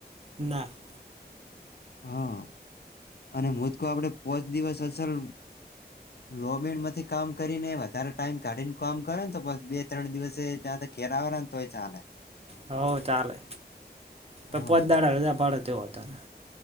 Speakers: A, on the right; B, on the left.
A: ના <unintelligible>
B: હા અને મોદકો આપડે પોચ દિવસ અસલ લોબીણમાંથી કામ કરીને વધારે ટાઈમ કાઢીને કામ કરેને તો બસ બે ત્રણ દિવસે ચા કેરાવરં તોય ચાલે
A: હવ ચાલે ત
B: હા
A: પોત દાડા રજા પાડે તેવો હતો ને